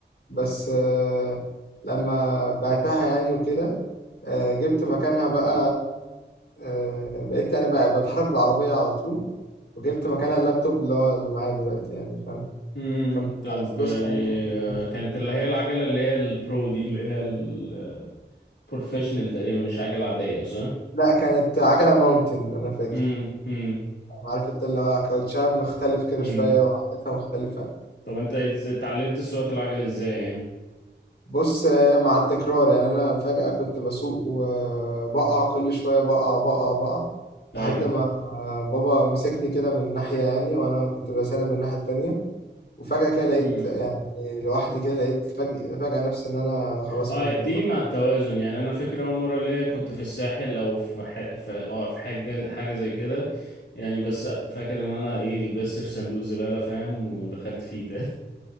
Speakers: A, on the left; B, on the left.
A: بس آه، لما بعتها يعني وكده آه، جبت مكانها بقى آه، بقيت يعني بقى بتحرك بالعربيه على طول وجبت مكانها اللابتوب اللي هو اللي معايا دلوقتي يعني فاهم
B: مم.
A: كان
B: طب
A: بقى فلوس
B: يعني
A: يعني حطيت
B: آه، كانت
A: فلوس.
B: اللي هي العجلة اللي هي البرو دي اللي هي البروفيشنال تقريبا مش عجلة عادية صح؟
A: لا كانت عجله ماونتن انا فاكر
B: مم. مم.
A: عارف انت اللي هو كاوتشام مختلف كده
B: مم.
A: شويه وعدتها مختلفه
B: طب انت ات- اتعلمت سواقة العجل ازاي يعني؟
A: بص هي مع التكرار يعني انا فجأة كنت بسوق وبقع كل شوية بقع بقع بقع
B: ايوه
A: لحد ما بابا مسكني كده من ناحية يعني وانا كنت بسلم من الناحية التانية وفجأة كده لقيت
B: مم.
A: يعني لوحدي كده لقيت فجأة, فجأة نفسي ان انا خلاص
B: اه
A: انا
B: هي
A: بقيت
B: بتيجي
A: لوحدي.
B: مع التوازن يعني انا فاكر اول مرة ليا كنت في الساحل او في ح... في اه في حاجة حاجة زي كده يعني بس فاكر ان انا ايه لبست في صندوق زبالة فاهم ودخلت فيه تاني